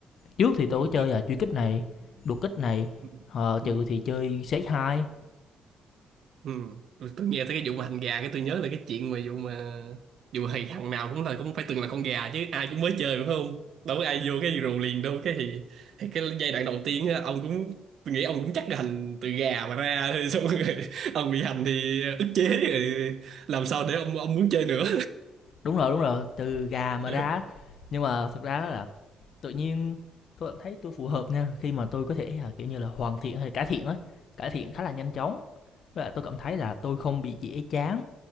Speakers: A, on the left; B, on the right.
A: trước thì tôi
B: ừ,
A: có chơi
B: tôi
A: là truy kích này đột kích này
B: ừ.
A: ờ,
B: ừ.
A: trừ thì chơi xếp hai
B: Ừ. Tôi, tôi nghe tới cái vụ mà hành gà cái tôi nhớ là cái chuyện mà vụ mà vụ thì thằng nào cũng là cũng phải từng là con gà chứ ai cũng mới chơi phải không đâu có ai vô cái rù liền đâu cái thì, thì cái giai đoạn đầu tiên á, ông cũng tôi nghĩ ông cũng chắc là hành từ gà mà ra <laughs> thôi xong rồi <laughs> ông bị hành thì ức chế rồi làm sao để ông ông muốn chơi nữa
A: đúng rồi đúng rồi từ gà mà
B: <laughs>
A: ra nhưng mà thực ra là tự nhiên tôi cảm thấy tôi phù hợp nha khi mà tôi có thể là kiểu như là hoàn thiện hay cải thiện á cải thiện khá là nhanh chóng với lại tôi cảm thấy là tôi không bị dễ chán